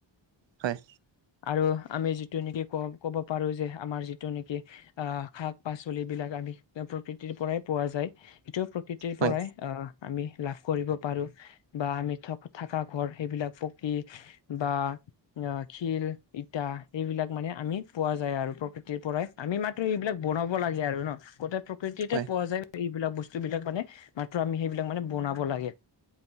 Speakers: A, on the right (about 75°); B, on the left (about 75°).
A: হয়,
B: আৰু আমি যিটো নেকি ক কব পাৰো যে আমাৰ যিটো নেকি আহ শাক পাচলি বিলাক, <inaudible> আমি প্ৰকৃতিৰ পৰাই পোৱা যায় সটোয়াও প্ৰকৃতিৰ
A: হয়
B: পৰাই আমি লাভ কৰিব পাৰো বা আমি থ-থকা ঘৰ সেইবিলাক পকী বা অ খীৰ ইটা সবিলাক মানে আমি পোৱা যায় আৰু প্ৰকৃতিৰ পৰাই আমি মাত্ৰ এইবিলাক বনাব লাগে আৰু। ন গোটেই প্ৰকৃতিতে
A: হয়
B: পোৱা যায় এইবিলাক বস্তু বিলাক মানে মাত্ৰ আমি সেইবিলাক মানে বনাব লাগে।